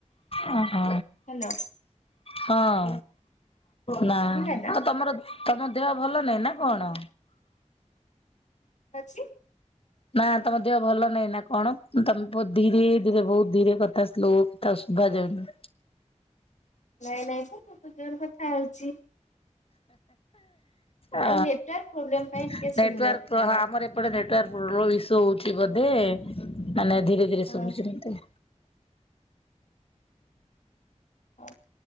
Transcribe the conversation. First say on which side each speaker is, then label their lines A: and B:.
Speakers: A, on the left (about 50°); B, on the left (about 75°).
A: ଓହୋ
B: ହ୍ୟାଲୋ
A: ହଁ ନା
B: ଶୁଭିଲା ନା?
A: ଆଉ ତମର <unintelligible> ତମ ଦେହ ଭଲ ନାହିଁ ନା କଣ?
B: ଛି
A: ନା ତମ ଦେହ ଭଲ ନାହିଁ ନା କଣ ତମେ ଧୀରେ ଧୀରେ ବହୁତ ଧୀରେ କଥା ସ୍ଲୋ? ତାକୁ ଶୁଭା ଯାଉନି
B: ନାଇଁ ନାଇଁ ତ ମୁଁ ଜୋର କଥା ହଉଛି।
A: ଅ
B: ଏଇ ନେଟୱାର୍କ ପ୍ରୋବ୍ଲେମ ପାଇଁ
A: ନେଟୱାର୍କ
B: ଟିକେ ଶୁଭୁନଥିବ।
A: ପ୍ର ଆମର ଏପଟେ ନେଟୱାର୍କ ପ୍ରୋବ୍ ଇସୁ ହଉଛି ବୋଧେ ମାନେ ଧୀରେ ଧୀରେ
B: ହଁ
A: ଶୁଭୁଛି ମତେ
B: ହଉ